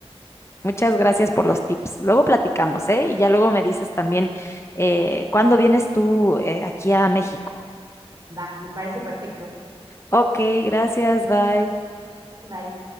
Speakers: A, on the left (about 25°); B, on the right (about 40°).
A: Muchas gracias por los tips. Luego platicamos, ¿eh? Y ya luego me dices también eh, cuándo vienes tú eh, aquí a México.
B: va, me parece perfecto.
A: Ok, gracias, bye.
B: Bye.